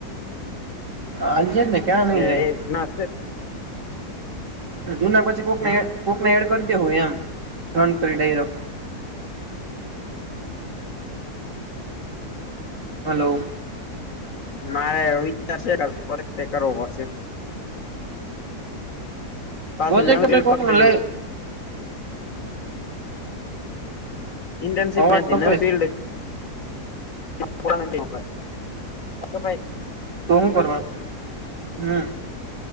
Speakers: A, on the right; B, on the left.
A: આલજે ને ક્યાં નહી
B: જે એજ
A: જાય
B: નાખે
A: જુના પછી કોકને કોકને એડ કરી દેહું એમ રન કરી ડાયરો હલો.
B: મારે વિચાર છે કે કરવો પડશે. પાછી
A: બોજે
B: નવી
A: કે ભઈ
B: ફિલ્ડ
A: કોકનો
B: પકડી
A: લેય
B: લીધી ઇન્ટરશીપ
A: અવાજ
B: નથી
A: કપાય
B: નવી ફીલ્ડ
A: છે
B: પુરાનેટ નોક અ ક ભાઈ
A: તો હું કરવાનું હું